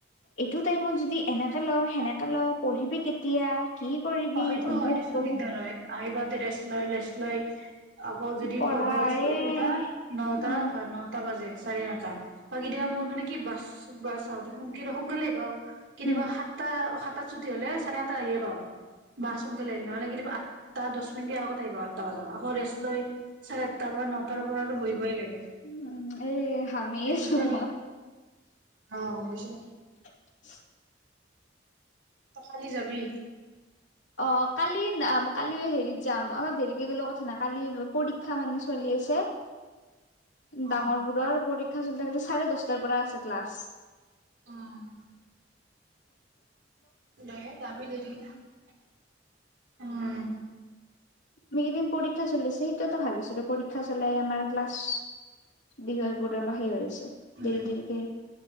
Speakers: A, on the left; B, on the right.
A: এইটো টাইমত যদি এনেকৈ লওঁ সেনেকৈ লওঁ পঢ়িবি কেতিয়া কি। কৰিবি
B: অ হয়েইটো
A: অমুক
B: হয়, দেচোন
A: তমুক
B: দিগদাৰ হয় আহিব, ৰেষ্ট লৈ ৰেষ্ট লৈ। আকৌ যদি
A: পঢ়া
B: পঢ়িব উচ
A: এ
B: উঠাই নটা
A: অ
B: নটা বাজে। চাৰে নটা বা, কেতিয়াবা মোৰ মানে কি বাছ বাছ আহ সোনকালে বাৰু, কেতিয়াবা
A: উম
B: সাতটা সাতটা ছুটি হলে চাৰে সাতটা আহে বাৰু। বাছ সোনকালে আহিল। নহ'লে কেতিয়াবা আঠটা দহ মিনিট আগত আহিব আঠটা বজাত। আকৌ ৰেষ্ট লৈ চাৰে আ, তাৰ পৰা নটাৰ পৰা আৰু বহিবই লাগে।
A: উম এই হামি
B: একদ
A: আছো মই
B: অ অবশ্যে
A: <unintelligible>
B: তই খালি যাবি।
A: অ কালি ন কালি হেৰিত যাম, অলপ দেৰিকে গলে কথা নাই কালি পৰীক্ষা মানে চলি আছে। ডাঙৰবোৰৰ
B: অ
A: পৰীক্ষা চলি থাকিলেচো, চাৰে দহটাৰ পৰা আছে ক্লাছ।
B: অহ ', এই যাপি দেৰি ন <unintelligible> উম,
A: সেইকেইদিন পৰীক্ষা চলি আছে। সেইটোতো ভাল আছিলো পৰীক্ষা চলাই আমাৰ ক্লাছ বিষয়বোৰ অলপ সেৰি হৈ আছে।
B: উম
A: দেৰি দেৰিকে।